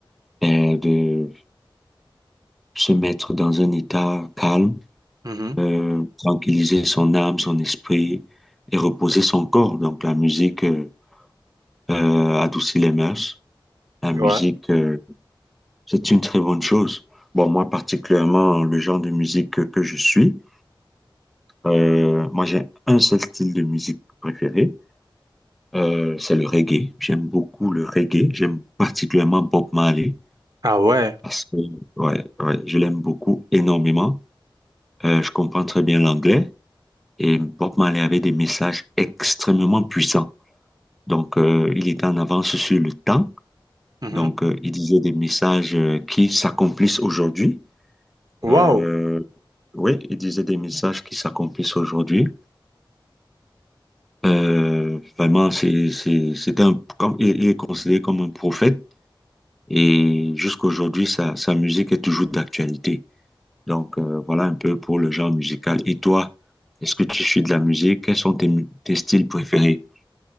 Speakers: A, in the centre; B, on the right.
A: euh, de se mettre dans un état calme,
B: Mhm.
A: euh, tranquilliser son âme, son esprit et reposer son corps. Donc la musique euh, euh, adoucit les mœurs. La musique,
B: Ouais.
A: euh, c'est une très bonne chose. Bon, moi particulièrement, le genre de musique que, que je suis, euh, moi j'ai un seul style de musique préféré. Euh, c'est le reggae. J'aime beaucoup le reggae. J'aime particulièrement Bob Marley
B: Ah ouais.
A: parce que ouais, ouais, je l'aime beaucoup énormément. Euh, je comprends très bien l'anglais et Bob Marley avait des messages extrêmement puissants. Donc, euh, il était en avance sur le temps.
B: Mhm.
A: Donc, euh, il disait des messages euh, qui s'accomplissent aujourd'hui. Euh,
B: Waouh.
A: oui, il disait des messages qui s'accomplissent aujourd'hui. Euh, vraiment, c'est, c'est, c'était un, comme, il il est considéré comme un prophète. Et jusqu'aujourd'hui, sa, sa musique est toujours d'actualité. Donc, euh, voilà un peu pour le genre musical. Et toi, est-ce que tu suis de la musique? Quels sont tes, mu- tes styles préférés?